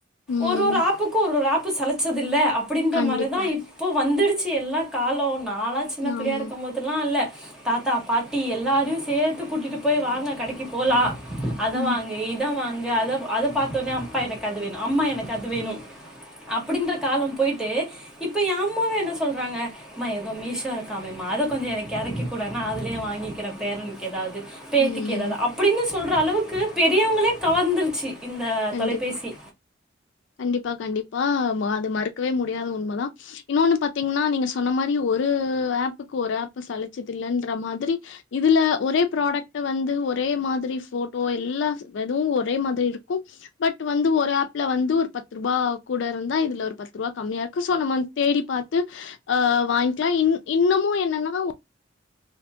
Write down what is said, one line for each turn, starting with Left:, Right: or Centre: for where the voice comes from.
Left: ம்
Centre: ஒரு ஒரு ஆப்புக்கு ஒரு ஒரு ஆப்பு சலிச்சதில்ல அப்டின்ற
Left: கண்டிப்பா
Centre: மாரிதா இப் இப்போ வந்துரிச்சு எல்லா காலோ நால்லா சின்ன
Left: ஆமா
Centre: பிள்ளையா இருக்கும் போது <unintelligible> இல்ல தாத்தா பாட்டி எல்லாரையு சேத்து கூட்டிட்டு போயி வாங்க கடைக்கு போலா அத
Left: ம்
Centre: வாங்கு இத வாங்கு அத பாத்தோன அப்பா எனக்கு அது வேணு அம்மா எனக்கு அது வேணு அப்டின்ற காலம் போயிட்டு இப்ப ஏ அம்மாவே என்ன சொல்றாங்க ம்மா எதோ மீஷோ இருக்காமேம்மா அத கொஞ்சோ எனக்கு எறக்கி கூடோ நா அதுலேயே வாங்கிக்கிறே பேரனுக்கு எதாவது பேத்திக்கு
Left: ம்
Centre: எதாவது அப்டின்னு சொல்ற அளவுக்கு பெரியவங்களே கவர்ந்திருச்சு இந்த
Left: கண்டிப்பா
Centre: தொலைபேசி
Left: கண்டிப்பா கண்டிப்பா மா அது மறுக்கவே முடியாத உண்மதா இன்னொன்னு பாத்தீங்கனா நீங்க சொன்ன மாரி ஒரு ஆப்புக்கு ஒரு ஆப்பு சலிச்சதில்லன்ற மாதிரி இதுல ஒரே புராடெக்ட்ட வந்து ஒரே மாதிரி போட்டோ எல்லா எதுவு ஒரே மாதிரி இருக் கு பட் வந்து ஒரு ஆப்ல வந்து ஒரு பத்து ரூபா கூட இருந்தா இதுல ஒரு பத்து ரூபா கம்மியா இருக்கு சோ நம்ம தேடி பாத்து ஆ வாங்கிக்லா இன்னமு என்னன்னா